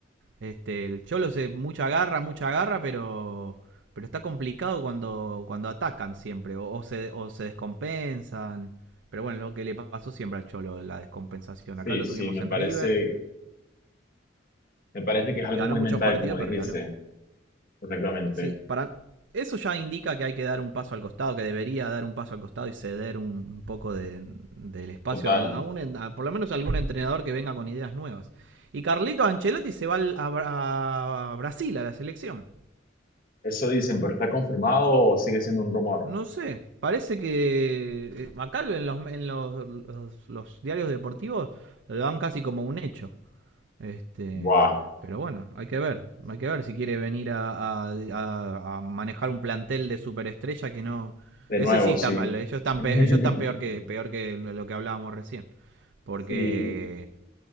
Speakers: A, on the right (about 65°); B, on the left (about 50°).
A: Este, el Cholo se mucha garra, mucha garra, pero pero está complicado cuando cuando atacan siempre o, o se o se descompensan. Pero bueno, lo que le pasó siempre al Cholo, la descompensación. Acá
B: sí,
A: lo
B: sí,
A: tuvimos
B: me
A: en
B: parece,
A: River
B: me parece que es
A: y
B: algo
A: ganó
B: muy
A: muchos
B: mental,
A: partidos,
B: como dijiste.
A: pero regaló.
B: Exactamente.
A: Sí, para eso ya indica que hay que dar un paso al costado, que debería dar un paso al costado y ceder un, un poco de, del espacio
B: Total.
A: a, a un, a por lo menos a algún entrenador que venga con ideas nuevas. Y Carlito Ancelotti se va al- a, a Brasil, a la selección.
B: Eso dicen, pero ¿está confirmado o sigue siendo un rumor?
A: No sé, parece que eh, acá en los, en los, los- los diarios deportivos lo dan casi como un hecho. Este,
B: Buah.
A: pero bueno, hay que ver, hay que ver si quiere venir a, a- a- manejar un plantel de superestrella que no,
B: De
A: ese
B: nuevo,
A: sí está
B: sí.
A: mal, ellos están
B: <laughs>
A: pe- ellos están peor que peor que lo lo que hablábamos recién, porque
B: Sí.